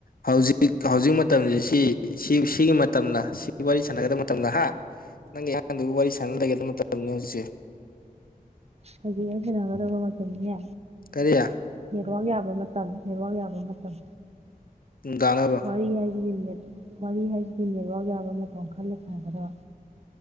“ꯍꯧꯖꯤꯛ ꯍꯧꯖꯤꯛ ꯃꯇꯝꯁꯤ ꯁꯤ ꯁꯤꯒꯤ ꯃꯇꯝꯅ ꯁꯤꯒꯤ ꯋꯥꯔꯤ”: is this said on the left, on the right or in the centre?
Left